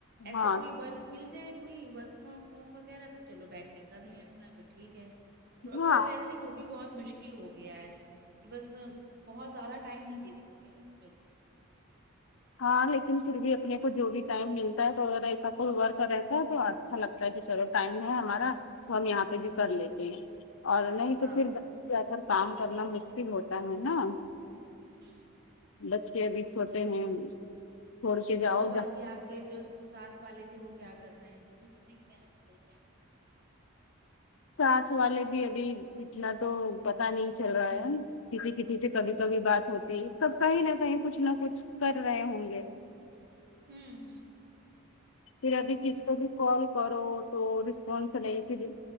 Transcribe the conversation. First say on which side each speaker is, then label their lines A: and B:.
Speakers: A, on the right; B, on the left.
A: ایسے
B: ہاں
A: کوئی بور مل جائے کوئی ورک فرام ہوم وغیرہ تو چلو بیٹھ کے کر لیں اپنا تو ٹھیک ہے تو
B: ہاں
A: ویسے وہ بھی بہت مشکل ہو گیا ہے کہ بس بہت زیادہ ٹائم نہیں دے سکتے اس میں
B: ہاں لیکن پھر بھی اپنے کو جو بھی ٹائم ملتا ہے تو ا ایسا کوئی ور کا رہتا ہے تو آج اچھا لگتا ہے کہ سرو ٹائم ہے ہمارا تو ہم یہاں پہ بھی کر لیتے ہیں اور نہیں تو
A: ہاں
B: پھر ج کر کام کرنا مشکل ہوتا ہے نا
A: ہوں
B: بچے ا بھی سوتے ہیں چھوڑ کے جاؤ
A: اور جو باقی
B: جب
A: آپ کے جو ساتھ والے تھے وہ کیا کر رہ ہے وہ بھی فری ہے آج کل کیا
B: ساتھ والے بھی ابھی اتنا تو پتا نہیں چل رہا ہے کسی کسی سے کبھی کبھی بات ہوتی سب صحی نہ کہیں کچھ نہ کچھ کر رہے ہوں گے
A: ہوں ہوں
B: پھر ابھی
A: یہ
B: کس
A: تو ہے
B: کو بھی کال کرو تو رسپانس نہیں